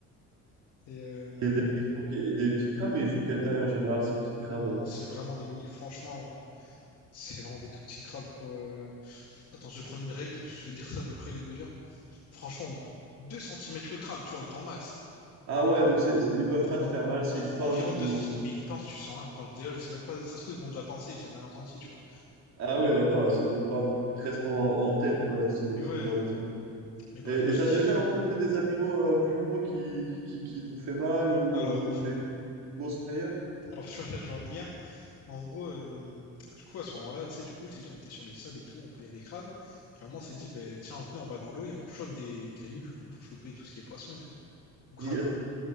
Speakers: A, on the left (about 45°); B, on the right (about 55°).
A: Et euh,
B: Et des, ils font que- et des petits crabes, mais ils font quelle taille en général, ces petits crabes?
A: non,
B: euh
A: c'est vraiment des mi... Franchement, c'est vraiment des tout petits crabes, quoi. Euh, Attends, je vais prendre une règle, je vais dire ça à peu près les mesures. Franchement, 2 centimètres le crabe, tu vois, grand max.
B: Ah ouais, donc c'est, c'est- ils peuvent
A: Enfin,
B: pas te faire mal s'ils
A: en- en-
B: te pincent
A: environ
B: ou...
A: 2 centimètres. Mais ils te pincent, tu sens rien. Enfin, déjà, je sais même pas, ça se trouve, ils m'ont déjà pincé, j'ai jamais rien senti, tu vois.
B: Ah oui, d'accord, ouais, c'est même pas un truc qui te reste en, en tête, quoi, ce,
A: Mais
B: ce
A: ouais,
B: genre de truc.
A: mais bref,
B: Et
A: moi,
B: et
A: je
B: t'as
A: kiffe.
B: déjà rencontré des animaux euh, plus gros qui, qui, qui t'ont fait mal ou
A: Alors,
B: euh, où t'as eu une plus grosse frayeur?
A: alors, tu vois, là, je vais en venir. En gros, euh, du coup, à ce moment-là, tu sais, du coup, je t'ai dit, on était sur le sable et tout, on prenait des crabes. Et à un moment, on s'est dit, ben, tiens, venez, on va dans l'eau et on chope des cailloux, du coup, pour choper tout ce qui est poisson et tout, ou crabe.
B: Yes.